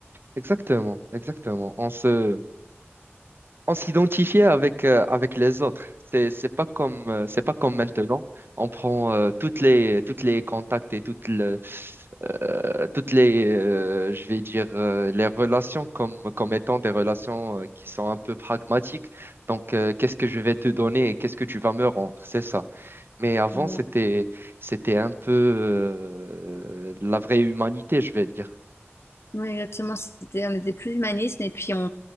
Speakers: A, on the right; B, on the left.
A: Exactement, exactement. On se, on s'identifiait avec, euh, avec les autres. C'est, c'est pas comme, euh, c'est pas comme maintenant. On prend euh, toutes les, toutes les contacts et toutes le, euh, toutes les, euh, je vais dire, euh, les relations comme, comme étant des relations euh, qui sont un peu pragmatiques. Donc, euh, qu'est-ce que je vais te donner et qu'est-ce que tu vas me rendre? C'est ça. Mais avant,
B: Ouais.
A: c'était, c'était un peu euh, la vraie humanité, je vais dire.
B: Oui, exactement. C'était, on était plus humaniste et puis on,